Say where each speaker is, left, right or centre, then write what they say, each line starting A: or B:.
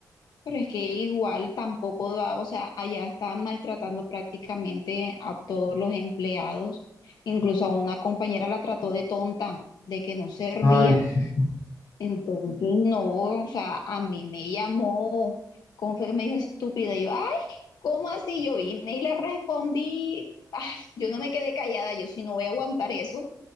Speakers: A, on the left; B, on the left.
A: Pero es que igual tampoco daba, o sea, allá estaban maltratando prácticamente a todos los empleados, incluso a una compañera la trató de tonta, de que no servía.
B: Ay, <laughs> sí.
A: Entonces, no, o sea, a mí me llamó, ¿cómo fue que me dijo estúpida? Y yo, ay, ¿cómo así? Yo vine y le respondí, ay, yo no me quedé callada, yo sí no voy a aguantar eso